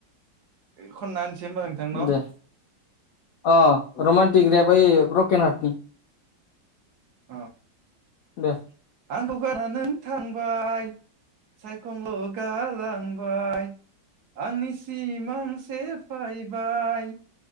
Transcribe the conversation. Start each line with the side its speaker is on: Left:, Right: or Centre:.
Right: खनना होमबा नोंथां न'
Left: दे अ रमान थिग गैयाबा ब्रकेन हाथनि
Right: औ
Left: दे
Right: आंखौ गारनानै नों थांबाय सायखंल' गालांबाय आंनि सि आंनि सिमां सेफाय बाय